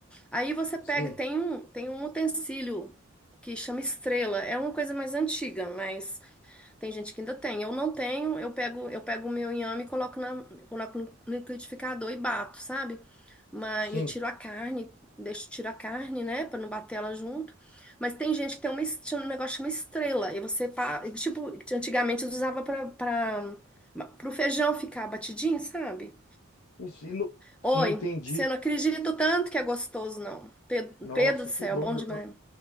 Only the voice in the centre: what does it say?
Aí você pega,
tem um, tem um utensílio que chama estrela. É uma coisa mais antiga, mas tem gente que ainda tem. Eu não tenho, eu pego, eu pego o meu inhame e coloco, na, coloco no no liquidificador e bato, sabe? Mas
eu tiro a carne, deixo, tiro a carne, né, Pra não bater ela junto. Mas tem gente que tem uma, es- tinha um negócio que chama estrela, e você, pa- e, tipo, antigamente usava pra para o feijão ficar batidinho, sabe?
Oi,
você não acredita o tanto que é gostoso, não. Pedro,
Pedro do céu,
bom
demais.